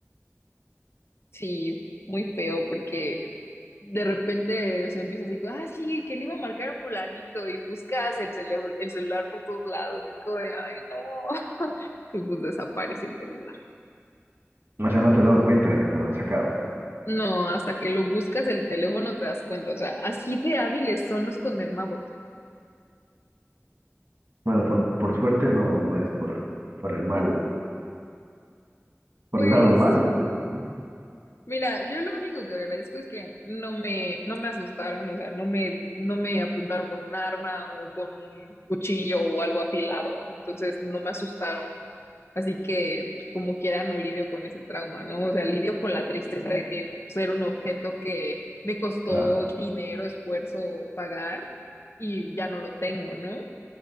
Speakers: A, on the left (about 60°); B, on the right (about 50°).
A: Sí, muy feo porque de repente se empieza así como, ah, sí, que le iba a marcar a fulanito y buscas el, celu- el celular por todos lados y es como de, ay, no. y pues desaparece el celular.
B: O sea, no te has dado cuenta de que te lo han sacado.
A: No, hasta que lo buscas el teléfono te das cuenta, o sea, así de hábiles son los condenados.
B: Bueno, por, por suerte no, no es por, por el mal, por
A: Pues
B: el lado malo, digamos, ¿no?
A: mira, yo lo único que agradezco es que no me no me asustaron, o sea, no me no me apuntaron con un arma o con un cuchillo o algo afilado, entonces no me asustaron. Así que, pues, como quiera, no lidio con ese trauma, ¿no? O sea, lidio con la tristeza de que ser un objeto que me costó
B: Claro,
A: dinero, esfuerzo pagar y ya no lo tengo, ¿no?